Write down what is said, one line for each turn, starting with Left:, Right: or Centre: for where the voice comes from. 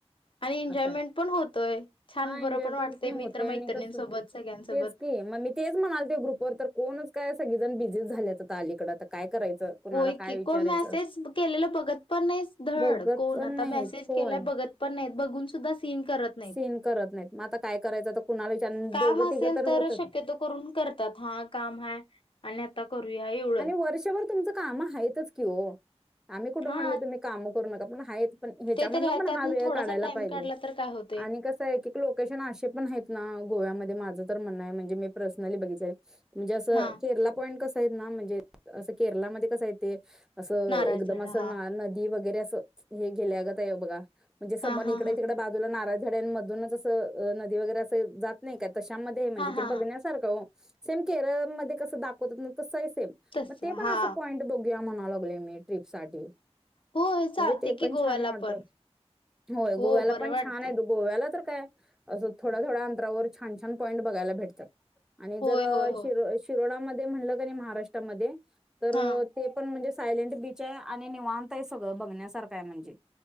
Left: आणि एन्जॉयमेंट
Centre: असं आहे.
Left: पण होतोय छान
Centre: हा
Left: बरं
Centre: एन्जॉयमेंट
Left: पण वाटतय
Centre: होते
Left: मित्र
Centre: आणि
Left: मैत्रिणींसोबत
Centre: कसं
Left: सगळ्यांसोबत.
Centre: तेच की मग मी तेच म्हणाल ते ग्रुपवर तर कोणच काय सगळे जण बिझी झालेत आता अलीकडं आता काय करायचं कुणाला
Left: होय
Centre: काय
Left: की,
Centre: विचारायचं
Left: कोण मेसेज केलेला बघत पण नाही धड
Centre: बघत
Left: कोण
Centre: पण
Left: आता
Centre: नाहीत
Left: मेसेज
Centre: होय.
Left: केलाय बघत पण नाही बघून सुद्धा सीन करत नाहीत,
Centre: सीन करत नाहीत मग आता काय करायचं तर कुणाला विचार
Left: काम
Centre: दोघं
Left: असेल
Centre: तिघं तर
Left: तरच
Centre: होतच
Left: शक्यतो करून करतात. हा काम हाय. आणि आता करूया एवढंच
Centre: आणि वर्षभर तुमच कामा हैतच कि हो आम्ही कुट
Left: हा
Centre: म्हणलं तूम्ही काम पण हायत पण ह्याच्या
Left: ते तरी आहे
Centre: पण
Left: त्यातून
Centre: हा वेळ
Left: थोडासा
Centre: काढायला
Left: टाइम
Centre: पाहिजे,
Left: काढला तर काय होते
Centre: आणि कस आहे की लोकेशन असे पण आहेत ना गोव्यामध्ये मा माझं तर म्हणणं आहे म्हणजे मी पर्सनली बघितलय. म्हणजे असं
Left: हा
Centre: केरला पॉईंट कस <unintelligible> ते असं केरलामध्ये कसये ते असं
Left: नारळ
Centre: एकदम
Left: झाड
Centre: असं
Left: हा
Centre: ना, नदी वगैरे हे गेल्यागत आहे बघा. म्हणजे समर
Left: हा
Centre: न
Left: हा
Centre: इकडे
Left: हा
Centre: तिकडे बाजूला नारळ झड्यानमधूनच अस, नदी वगैरे अस जात नाही का? तशामध्ये म्हणजे
Left: हा
Centre: ते
Left: हा
Centre: बघण्यासारखं
Left: हा
Centre: हो सेम केरळ मध्ये कसं दाखवतात ना तस आहे सेम.
Left: तस
Centre: मग ते पण
Left: हा
Centre: असं पॉईंट बघू या म्हण <unintelligible> ट्रीप साठी
Left: होय चालते
Centre: म्हणजे ते
Left: की
Centre: पण
Left: गोव्याला
Centre: छान वाटत
Left: पण
Centre: होय
Left: हो
Centre: गोव्याला
Left: बरं
Centre: पण
Left: वाटते
Centre: छान आहे गोव्याला तर काय असं थोड्या थोड्या अंतरावर छानछान पॉईंट बघायला भेटतात. आणि
Left: होय
Centre: जर
Left: होय होय
Centre: श शिरोडामध्ये ते म्हणलं कणी महाराष्ट मध्ये तर
Left: हा
Centre: ते पण म्हणजे सायलेंट बीच आहे आणि निवांत आहे सगळं बघण्यासारखं आहे म्हणजे.